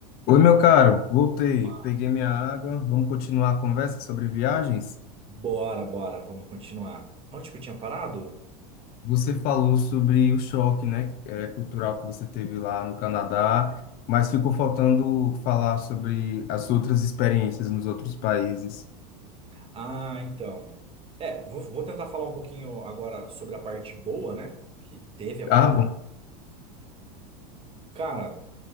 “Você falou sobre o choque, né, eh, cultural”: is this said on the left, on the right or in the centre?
Left